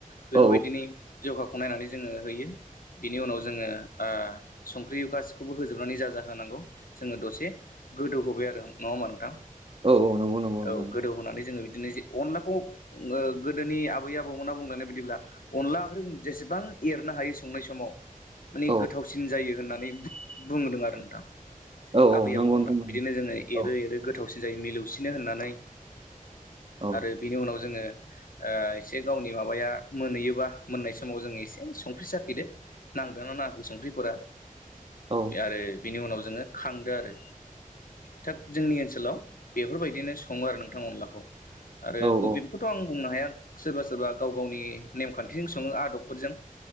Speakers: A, on the left; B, on the right.
A: बेफोरबायदिनि
B: औ
A: जखाखौ नायनानै जोंङो होयो बिनि उनाव जोंङो ओ संख्रि गासिखौबो होजोबनानै जाजा होनांगौ जोंङो दसे गोदौहोबाय आरो उम नङा होमबा नोंथां
B: औ औ नंगौ नंगौ नोंथां
A: औ गोदौहोनानै जोंङो बि दिनो जे अनलाखौ ओ गोदोनि आबै आबौमोना बुंलायनाय बायदिब्ला अनला ओंख्रि जेसेबां एरनो हायो संनाय समाव माने
B: औ
A: गोथावसिन जायो होननानै बुंबोदों आरो नोंथां
B: औ औ
A: आबै
B: नंगौ
A: आबौमोना
B: नोंथां नंगौ
A: बिदिनो जोंङो
B: औ
A: एरो एरो गोथावसिन जायो मिलौसिनो होननानै
B: औ
A: आरो बिनि उनाव जोंङो ओ एसे गावनि माबाया मोनहैयोबा मोननाय समाव जों एसे संख्रि साखिदो नांदो ना नाङाखै संख्रिफोरा
B: औ
A: बे आरो बिनि उनाव जोंङो खांदो आरो। थाग जोंनि ओनसोलाव बेफोरबायदिनो संङो आरो नोंथां अनलाखौ। आरो
B: औ
A: गुबैखौथ'
B: औ
A: आं बुंनो हाया सोरबा सोरबा गाव गावनि नेमखान्थिजों सङो आदबफोरजों